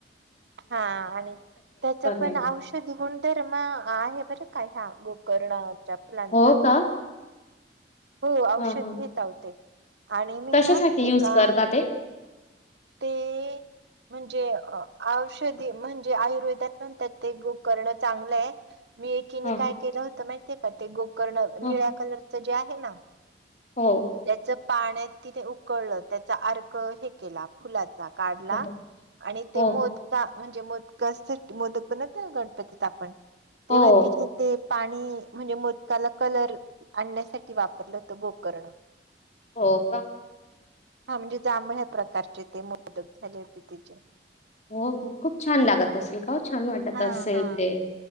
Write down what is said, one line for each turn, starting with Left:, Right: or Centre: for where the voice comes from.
Right: हां आणि त्याचं पणं
Left: आहे
Right: औष ध गुणधर्म आहे बरं का ह्यां गोकर्णावर. त्या फुलांचा
Left: हो का
Right: हो औषध
Left: हा हा
Right: घेत हांव तें. आणि मी
Left: कशासाठी
Right: नां एका
Left: यूज करता ते
Right: ते म्हणजे औषधी म्हणजे आयुर्वेदात पणं त्यात ते गोकर्ण चांगलंय आहे. मी एकीने
Left: हा
Right: कायं केलं होतं माहितीे आहे का ते गोकर्ण
Left: हा
Right: निळ्यां कलरचं जे आहे नां
Left: हो.
Right: त्याचं पाण्यांत तिने उकळलं, त्यांचा अर्क हे केलां फुलाचा काढलां
Left: हो
Right: आणि ते
Left: हो
Right: मो बा म्हणजे मोद मोदक बनवते ना, गणपतीत आपण तेव्हा
Left: हो
Right: तिथे ते पाणी म्हणजे मोदकाला कलर आणण्यासाठी वापरलं होतं, गोकर्ण.
Left: हो का?
Right: हा म्हणजे जांभळ्या प्रकारचे ते मोदक झाले होते तिचे.
Left: हो खूप छान लागत असेल का हो, छान वाटत
Right: हा
Left: असेल
Right: हा
Left: ते,